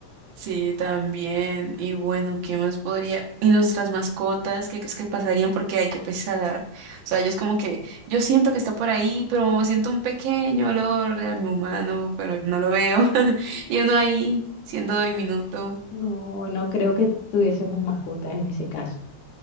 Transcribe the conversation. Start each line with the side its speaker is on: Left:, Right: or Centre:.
Right: Sí, también. Y bueno, ¿qué más podría? Y nuestras mascotas, ¿qué crees que pasarían? Porque hay que pesar. O sea, ellos como que, yo siento que está por ahí, pero siento un pequeño olor a mi humano, pero no lo veo. <laughs> Y uno ahí, siendo diminuto.
Left: No, no creo que tuviésemos mascotas en ese caso.